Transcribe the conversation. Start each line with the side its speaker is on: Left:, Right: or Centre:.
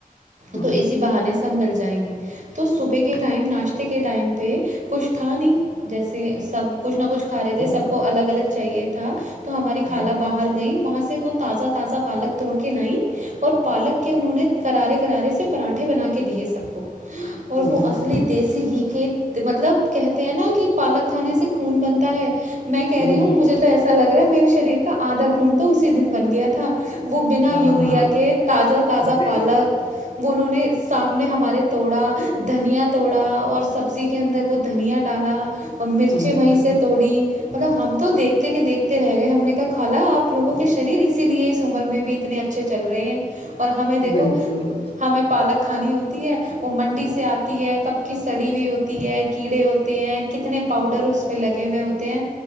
Left: ہوں
Right: تو اسی بہانے سب مل جائیں گے تو صبح کے ٹائم ناشتے کے ٹائم پہ کچھ تھا نہیں جیسے سب کچھ نہ کچھ کھا رہے تھے سب
Left: ہوں
Right: کو الگ الگ چاہیے تھا تو ہماری
Left: ہوں
Right: خال باہر گئییں وہاں سے وہ تازہ تازہ پالک توڑ کے ل اور پالک کے انہوں نے کرارے کرارے سے پراٹھے بنا کے دیے سب کو اور
Left: ہوں
Right: وہ اصلی
Left: ہوں
Right: دیسی گھی کہ مطلب کہتے ہیں نا کہ پالک کھانے سے خون بن ہے میں کہہ ہوں
Left: بالکل
Right: مجے تو ایسا لگا میرےریر کا آھا ک خ تو اسی دن بن گیا تھا وہ بنا
Left: ہاں
Right: یوریا
Left: ہاں
Right: کے تازہ تازا
Left: بالکل
Right: پالک وہ انہوں نے سامنے ہمارے توڑا دھنیا توڑا اور سبزی کے اندر وہ دھنیا ڈالا اور مرچیں
Left: ہوں
Right: وہیں
Left: ہوں
Right: سے توڑی پرب ہم تو دیکھتے کہ دیکھتے رہ گئے ہم نے کہ کھالا آپ لووں کے شریر اسی لیے عمر میں بھی اتنے اچھے چل رہے ہیں اور ہمیں دیکھو
Left: بالکل
Right: ہمیں پالک کھانی ہوتی ہے وہ منڈی سے آتی ہے کب کی سڑی ہوئی ہوتی ہے کیڑے ہوتے ہیں کتنے پاؤڈر اس پہ لگے ہوئے ہوتے ہیں